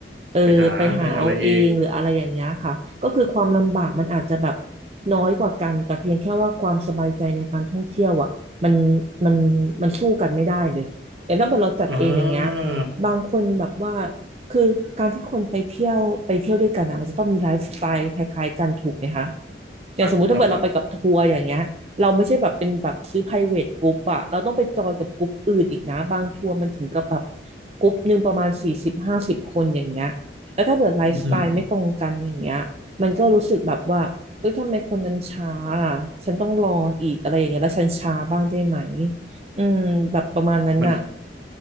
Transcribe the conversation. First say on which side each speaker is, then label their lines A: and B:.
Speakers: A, on the right; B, on the right.
A: เออไปหาเอาเองหรืออะไรอย่างเงี้ยค่ะก็คือความลำบากมันอาจจะแบบ
B: ไปหาไปอะไรเอง
A: น้อยกว่ากันแต่เพียงแค่ว่าความสบายใจในการท่องเที่ยวอ่ะมันมันมันสู้กันไม่ได้เลยแต่ถ้าเกิดเราจัดเองอย่างเงี้ย
B: อ่า
A: บางคนแบบว่า คือการที่คนไปเที่ยวไปเที่ยวด้วยกันนะมันจะต้องมีไลฟ์สไตล์คล้ายๆกันถูกไหมคะอย่างสมมุติถ้าเกิดเราไปกับทัวร์อย่างเงี้ยเราไม่ใช่แบบเป็นแบบซื้อ
B: อ่าถูกต้องครับ
A: private group อะเราต้องไปจอยกับกลุ่มอื่นอีกนะบางทัวร์มันถึงกับแบบกลุ่มหนึ่งประมาณสี่สิบห้าสิบคนอย่างเงี้ยแล้วถ้าเกิดไลฟ์สไตล์ไม่ตรงกันอย่างเงี้ยมันก็รู้สึกแบบว่าเอ้ยทำไมคนนั้นช้าอะฉันต้องรออีกอะไรอย่างเงี้ยแล้วฉันช้าบ้างได้ไหม
B: <laughs> อือหือ
A: อืมแบบประมาณนั้นน่ะ
B: มัน